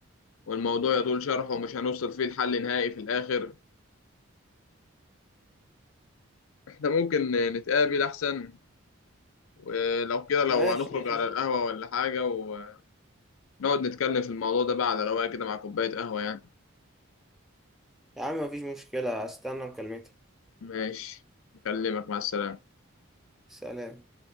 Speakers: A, on the left; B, in the centre.
A: والموضوع يطول شرحه ومش هنوصل فيه لحل نهائي في الاخر احنا ممكن نتقابل احسن ولو كده لو
B: ماشي
A: هنخرج
B: مفيش
A: على القهوة ولا حاجة ونقعد نتكلم في الموضوع ده بقى على رواية كده مع كوباية قهوة يعني
B: يا عم مفيش مشكلة هستنى مكالمتك
A: ماشي أكلمك مع السلامة
B: سلام